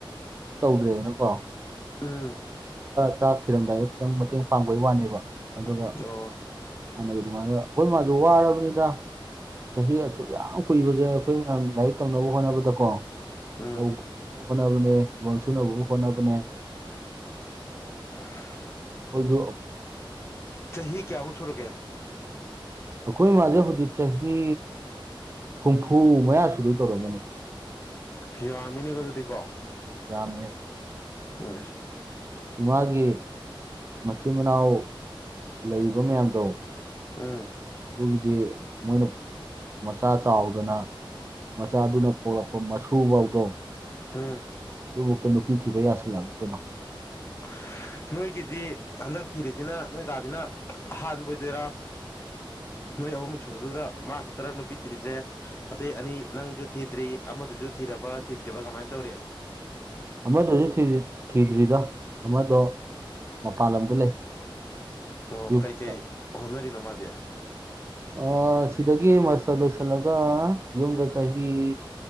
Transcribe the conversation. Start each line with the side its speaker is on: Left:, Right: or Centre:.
Right: ꯇꯧꯗ꯭ꯔꯦꯗꯅꯀꯣ
Left: ꯎꯝ
Right: ꯆꯥꯛ ꯊꯤꯔꯝꯗꯥꯏꯗ ꯈꯤꯇꯪ ꯃꯇꯦꯡ ꯄꯥꯡꯕꯒꯤ ꯋꯥꯅꯦꯕ ꯑꯗꯨꯒ
Left: ꯑꯣ
Right: ꯍꯥꯟꯅꯒꯤ ꯑꯗꯨꯃꯥꯏꯅ ꯑꯩꯈꯣꯏ ꯃꯥꯁꯨ ꯋꯥꯔꯕꯅꯤꯗ ꯆꯍꯤ ꯑꯁꯨꯛ ꯌꯥꯝ ꯀꯨꯏꯕꯁꯦ ꯑꯩꯈꯣꯏ ꯃꯌꯥꯝ ꯂꯥꯏꯔꯤꯛ ꯇꯧꯅꯕ ꯍꯣꯠꯅꯕꯗꯀꯣ
Left: ꯎꯝ
Right: ꯂꯧꯧꯅꯕ ꯍꯣꯠꯅꯕꯅꯦ ꯣꯟꯁꯨ ꯅꯧꯕꯕꯨ ꯍꯣꯠꯅꯕꯅꯦ
Left: <unintelligible>
Right: ꯑꯩꯈꯣꯏꯁꯨ
Left: ꯆꯍꯤ ꯀꯌꯥꯃꯨꯛ ꯁꯨꯔꯒꯦ
Right: ꯑꯩꯈꯣꯏ ꯏ ꯃꯥꯁꯦ ꯍꯧꯖꯤꯛ ꯆꯍꯤ ꯍꯨꯝꯐꯨ ꯃꯌꯥ ꯁꯨꯗꯣꯏ ꯇꯧꯔꯝꯃꯅꯤ
Left: ꯍꯤꯔ ꯑꯃꯃꯤꯅꯤꯀꯣ ꯑꯗꯨꯗꯤ ꯀꯣ
Right: ꯌꯥꯃꯤ
Left: ꯑ
Right: ꯏꯃꯥꯒꯤ ꯃꯆꯤꯟ ꯃꯅꯥꯎ ꯂꯩꯔꯤꯕ ꯃꯌꯥꯝꯗꯣ
Left: ꯑꯥ
Right: ꯑꯗꯨꯒꯤꯗꯤ ꯃꯣꯏꯅ ꯃꯆꯥ ꯆꯥꯎꯗꯅ ꯃꯆꯥꯗꯨꯅ ꯄꯣꯔꯛꯄ ꯃꯁꯨꯁꯨ ꯐꯧꯗꯣ
Left: ꯍꯥꯝ
Right: ꯑꯗꯨꯐꯥꯎꯛꯇ ꯅꯨꯄꯤ ꯊꯤꯕ ꯌꯥꯁꯤꯜꯂꯛ ꯀꯩꯅꯣ
Left: <inaudible> ꯅꯣꯏꯒꯤꯗꯤ ꯍꯟꯗꯛ ꯊꯤꯔꯤꯁꯤꯅ ꯅꯣꯏꯗꯥꯗꯤꯅ ꯑꯍꯥꯟꯕ ꯑꯣꯏꯗꯣꯏꯔꯥ ꯅꯣꯏ ꯑꯍꯨꯝ ꯁꯨꯕꯗꯨꯗ ꯃꯥ ꯈꯛꯇꯔ ꯅꯨꯄꯤ ꯊꯤꯔꯤꯁꯦ ꯑꯇꯩ ꯑꯅꯤ ꯅꯪꯁꯨ ꯊꯤꯗ꯭ꯔꯤ ꯑꯃꯗꯨꯁꯨ ꯊꯤꯔꯕ ꯊꯤꯗ꯭ꯔꯤꯕ ꯀꯃꯥꯏꯅ ꯇꯧꯔꯤ
Right: ꯑꯃꯗꯨꯁꯨ ꯊꯤꯗ꯭ꯔꯤꯗꯣ ꯑꯃꯗꯣ ꯃꯄꯥꯟ ꯂꯝꯗ ꯂꯩ
Left: ꯑꯣ
Right: ꯌꯨꯝꯗ
Left: ꯀꯩ ꯀꯩ ꯍꯅꯔꯤꯅꯣ ꯃꯥꯗꯤꯌꯥ
Right: ꯑ ꯁꯤꯗꯒꯦ ꯃꯥꯁꯥ ꯣꯁꯥꯂꯒ ꯌꯎꯟꯗ ꯆꯏ